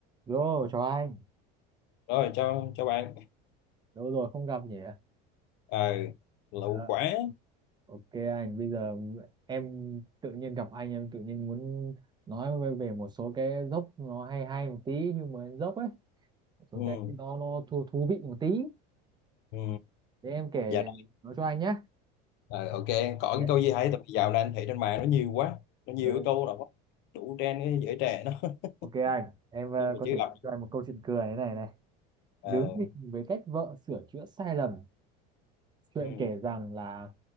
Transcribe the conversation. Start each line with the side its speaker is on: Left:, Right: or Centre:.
Right: Yo, chào anh.
Left: rồi cho cho bạn
Right: Lâu rồi không gặp nhỉ?
Left: ờ lẩu
Right: Ờ,
Left: quả
Right: Ok anh, bây giờ em tự nhiên gặp anh em tự nhiên muốn nói về, về một số cái dốc nó hay hay một tí nhưng mà dốc ấy, một số
Left: ừ
Right: cái nó nó thú, thú vị một tí.
Left: ừ
Right: Để em kể
Left: dạ đó.
Right: nói cho anh nhé.
Left: ờ ok có
Right: dạ
Left: cái câu gì hay tại vì dạo này anh thấy trên mạng nó nhiều quá nó nhiều
Right: Ừ.
Left: cái câu là quá đủ trend cái giới trẻ nó <laughs>
Right: Ok anh, em ờ,
Left: nhưng mà
Right: có
Left: chưa
Right: thể
Left: gặp
Right: kể cho anh một câu chuyện cười thế này này.
Left: ờ
Right: Đứng nhìn với cách vợ sửa chữa sai lầm. Chuyện
Left: ừ
Right: kể rằng là